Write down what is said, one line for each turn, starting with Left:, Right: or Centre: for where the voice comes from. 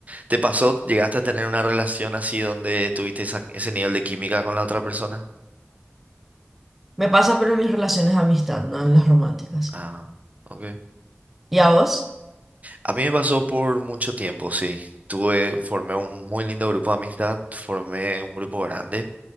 Right: ¿Te pasó, llegaste a tener una relación así donde tuviste esa- ese nivel de química con la otra persona?
Centre: Me pasa, pero en mis relaciones de amistad, no en las románticas.
Right: Ah, ok.
Centre: ¿Y a vos?
Right: A mí me pasó por mucho tiempo, sí. Tuve, formé un muy lindo grupo de amistad, formé un grupo grande,